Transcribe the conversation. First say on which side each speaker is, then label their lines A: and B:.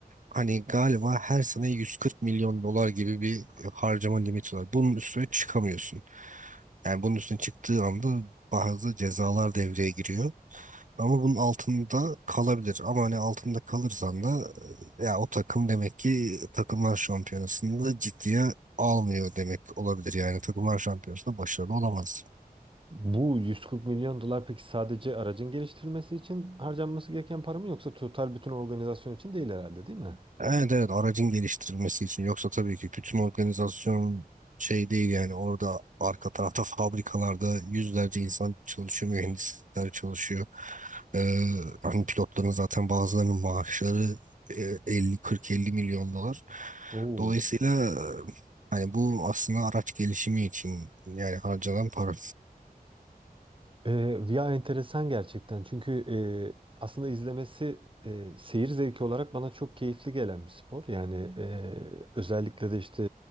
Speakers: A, on the right; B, on the right.
A: Hani galiba her sene 140 milyon dolar gibi bir harcama limiti var. Bunun üstüne çıkamıyorsun. Yani bunun üstüne çıktığı anda bazı cezalar devreye giriyor. Ama bunun altında kalabilir. Ama hani altında kalırsan da e, ya o takım demek ki takımlar şampiyonasında ciddiye almıyor demek olabilir. Yani takımlar şampiyonasında başarılı olamaz.
B: Bu 140 milyon dolar peki sadece aracın geliştirilmesi için harcanması gereken para mı yoksa total bütün organizasyon için değil herhalde değil mi?
A: Evet evet aracın geliştirilmesi için. Yoksa tabii ki bütün organizasyon şey değil yani orada arka tarafta fabrikalarda yüzlerce insan çalışıyor, mühendisler çalışıyor. Ee, hani pilotların zaten bazılarının maaşları e, 50 40-50 milyon dolar.
B: Oo.
A: Dolayısıyla e, hani bu aslında araç gelişimi için yani harcanan para.
B: Ee, Via enteresan gerçekten. Çünkü e, aslında izlemesi e, seyir zevki olarak bana çok keyifli gelen bir spor. Yani e, özellikle de işte